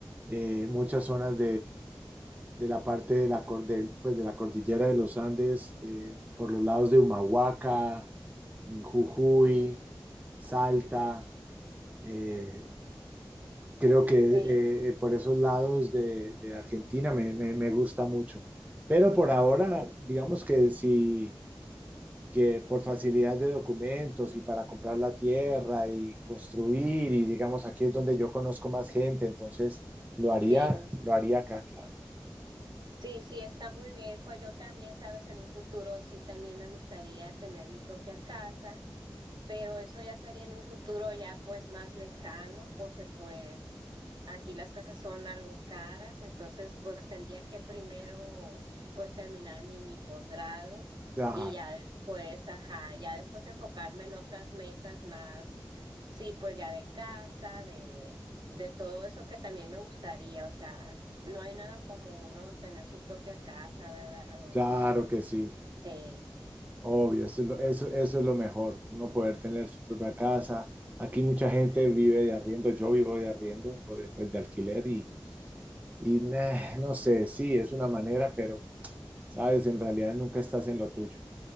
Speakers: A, on the right (about 20°); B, on the right (about 60°).
A: eh, muchas zonas de la parte de la, cor- pues, de la cordillera de los Andes, eh, por los lados de Humahuaca, mm, Jujuy, Salta. eh, creo que eh,
B: Sí,
A: eh, por esos lados de, de Argentina me, me- me gusta mucho. Pero por ahora, digamos que sí, que por facilidad de documentos y para comprar la tierra y construir, y digamos, aquí es donde yo conozco más gente, entonces lo haría,
B: sí.
A: lo haría acá, claro.
B: Sí, sí, está muy bien. Pues yo también, sabes, en un futuro sí también me gustaría tener mi propia casa. Pero eso ya sería en un futuro ya pues más lejano, porque pues aquí las casas son algo caras, entonces pues tendría que primero pues terminar mi, mi posgrado
A: Claro,
B: y ya después, ajá, ya después enfocarme en otras metas más, sí, pues ya de casa, de, de todo eso que también me gustaría, o sea, no hay nada como uno tener su propia casa, ¿verdad? Donde,
A: claro que sí.
B: sí.
A: Obvio, eso es lo, eso, eso es lo mejor, uno poder tener su propia casa. Aquí mucha gente vive de arriendo, yo vivo de arriendo o después de alquiler y, y nah, no sé, sí, es una manera, pero sabes, en realidad nunca estás en lo tuyo.